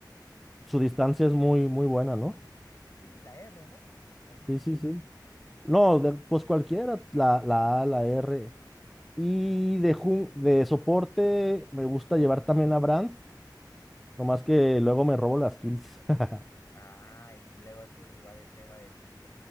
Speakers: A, in the centre; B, on the left (about 40°).
A: Su
B: Sí,
A: distancia es muy, muy buena, ¿no?
B: sí, la R, ¿no? La ulti.
A: Sí, sí, sí. No, de- pues cualquiera, la, la A, la R. Y de, jun- de soporte me gusta llevar también a Brandt, nomás que luego me robo las kills. <laughs>
B: Ah, y luego tu ADC va a decir,